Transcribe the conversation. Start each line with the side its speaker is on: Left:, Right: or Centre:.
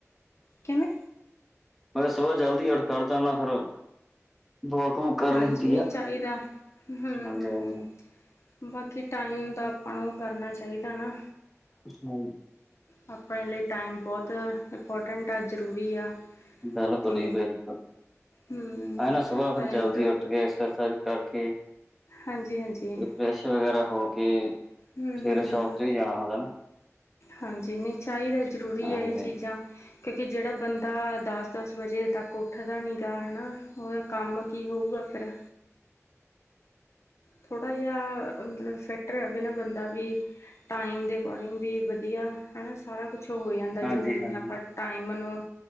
Left: ਕਿਵੇਂ?
Centre: ਮੈਂ ਤਾਂ ਸੁਬਾਹ ਜਲਦੀ ਉਠ ਖੜਦਾ ਨਾ ਫਿਰ, ਵੋਕ ਵੂਕ ਕਰਨੀ
Left: ਹਾਂਜੀ,
Centre: ਹੁੰਦੀ
Left: ਨਈਂ
Centre: ਆ
Left: ਚਾਈਦਾ, ਹੂੰ-ਹੂੰ।
Centre: ਹਾਂਜੀ ਹਾਂਜੀ
Left: ਬਾਕੀ ਟਾਈਮ ਦਾ ਆਪਾਂ ਨੂੰ ਕਰਨਾ ਚਾਈਦਾ ਨਾ।
Centre: ਨਈ।
Left: ਆਪਨੇ ਲਈ ਟਾਈਮ ਬੋਤ, ਇੰਪੋਰਟੈਂਟ ਆ, ਜ਼ਰੂਰੀ ਆ।
Centre: ਬਿਲਕੁਲ
Left: ਅਤੇ
Centre: ਜੀ, ਬਿਲਕੁਲ,
Left: ਹੂੰ
Centre: ਐ ਨਾ ਸੁਬਾਹ ਫਿਰ
Left: ਟਾਈਮ
Centre: ਜਲਦੀ ਉੱਠ ਕੇ ਐਕਸਰਸਾਈਜ਼ ਕਰ ਓਕੇ।
Left: ਹਾਂਜੀ- ਹਾਂਜੀ।
Centre: ਫਰੇਸ਼ ਵਗੈਰਾ ਹੋ ਕੇ,
Left: ਹੂੰ-ਹੂੰ-ਹੂੰ,
Centre: ਫੇਰ ਸ਼ੋਪ 'ਤੇ ਵੀ ਜਾਨਾ ਹੁੰਦੈ ਨਾ।
Left: ਹਾਂਜੀ, ਨਈ ਚਾਈਦੈ, ਜ਼ਰੂਰੀ
Centre: ਹਾਂਜੀ
Left: ਐ ਐਹ ਚੀਜ਼ਾਂ। ਕਿਉਂਕਿ ਜੇੜਾ ਬੰਦਾ ਦਸ-ਦਸ ਵਜੇ ਤੱਕ ਉੱਠਦਾ ਨੀ ਗਾ, ਹੈ ਨਾ? ਓਦਾ ਕੰਮ ਕੀ ਹੋਊਗਾ ਫਿਰ? ਥੋੜਾ ਜੇਆ, ਅ ਮਤਲਬ ਫਿੱਟ ਰਵੇ ਨਾ ਬੰਦਾ ਵੀ। ਟਾਈਮ ਦੇ ਅਕੋਰਡਿੰਗ ਵੀ ਵਦੀਆ। ਹਨਾ, ਸਾਰਾ ਕੁਛ ਹੋ ਜਾਂਦਾ
Centre: ਹਾਂਜੀ
Left: ਜਿਵੇਂ- ਜਿਵੇਂ
Centre: ਹਾਂਜੀ
Left: ਆਪਾਂ ਟਾਈਮ ਨੂੰ